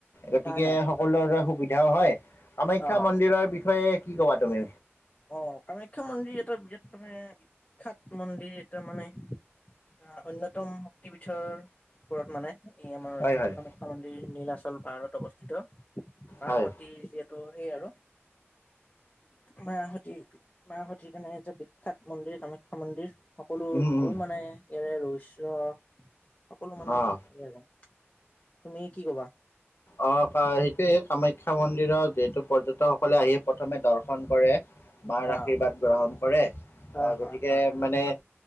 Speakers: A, on the left; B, on the left.
A: গতিকে
B: হয় হয়
A: সকলোৰে বাবে সুবিধাও হয়। কামাখ্যা
B: অ
A: মন্দিৰৰ বিষয়ে কি কবা তুমি?
B: অ কামাখ্যা মন্দিৰ এটা বিৰাট মানে বিখ্যাত মন্দিৰ এটাৰ মানে। এটা অন্যতম শক্তিপীঠৰ ওপৰত মানে। এই আমাৰ
A: হয়,
B: যিহেতু
A: হয়,
B: কামাখ্যা মন্দিৰ নীলাচল পাহাৰত অৱস্থিত মাহ
A: হয়,
B: সতি যিহেতু এই আৰু মায়াহতি মাহাহতিৰ কাৰণে এটা বিখ্যাত মন্দিৰ কামাখ্যা মন্দিৰ, সকলো
A: উম, উম,
B: বহু মানে ইয়াৰে ৰহস্য সকলো মানে
A: অ'।
B: ইয়াৰে তুমি কি কবা।
A: অ সেইটোয়ে কামাখ্যা মন্দিৰত যিহেতু পৰ্যটকসকলে আহি প্ৰথমে দৰ্শন কৰে। মাৰ
B: অ
A: আশীৰ্বাদ গ্ৰহণ কৰে
B: অ
A: আহ
B: হয়
A: গতিকে
B: হয়
A: মানে